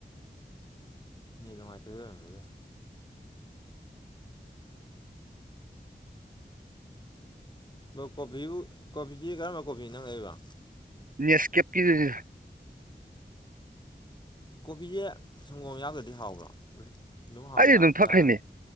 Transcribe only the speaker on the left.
ꯅꯦꯠ ꯅꯨꯡꯉꯥꯏꯇꯕꯩ ꯑꯣꯏꯔꯝꯃꯕꯁꯨꯌꯥꯏ ꯂꯣ ꯀꯣꯐꯤꯕꯨ ꯀꯣꯐꯤꯗꯤ ꯀꯔꯝꯕ ꯀꯣꯐꯤꯅꯣ ꯅꯪꯅ ꯂꯩꯔꯤꯕ
ꯀꯣꯐꯤꯁꯦ ꯁꯪꯒꯣꯝ ꯌꯥꯎꯗ꯭ꯔꯗꯤ ꯍꯥꯎꯕ꯭ꯔꯣ ꯍꯥꯎ
ꯌꯥꯕ
ꯆꯥ ꯌꯥ